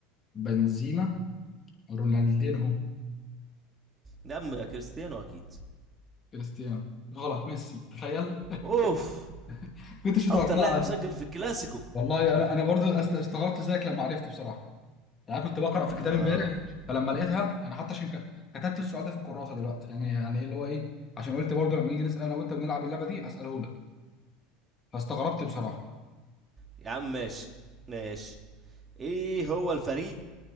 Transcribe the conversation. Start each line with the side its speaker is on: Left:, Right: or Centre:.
Left: بنزيما رونالدينهو
Right: ده أم كريستيانو أكيد
Left: كريستيانو غلط ميسي تخيل
Right: أوف
Left: <laughs> كنتش متوقعها
Right: أكتر لاعب
Left: دي.
Right: سجل في الكلاسيكو
Left: والله انا انا برضو است- استغربت زيك لما عرفت بصراحه يعني أنا كنت بقرا في كتاب
Right: آه
Left: امبارح فلما لقيتها انا حتى عشان ك- كتبت السؤال ده في الكراسه دلوقتي يعني يعني ايه اللي هو ايه عشان قلت برضو لما نيجي نسال انا وانت بنلعب اللعبه دي اساله لك فاستغربت بصراحه
Right: يا عم ماشي ماشي إيه هو الفريق